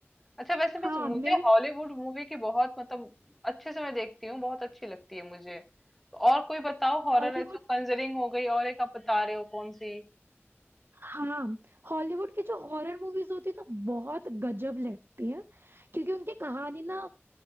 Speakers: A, in the centre; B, on the right (about 50°).
A: अच्छा वैसे मैं
B: हाँ
A: मुझे
B: मेरे
A: हॉलीवुड मूवी की बहुत मतलब अच्छे से मैं देखती हूँ बहुत अच्छी लगती है मुझे तो और कोई बताओ हॉरर
B: हॉलीवुड
A: ऐसा कंजरिंग हो गई और एक आप बता रहे हो कौन सी
B: हाँ हॉलीवुड की जो हॉरर मूवीज होती है ना बहुत गजब लगती है क्योंकि उनकी कहानी ना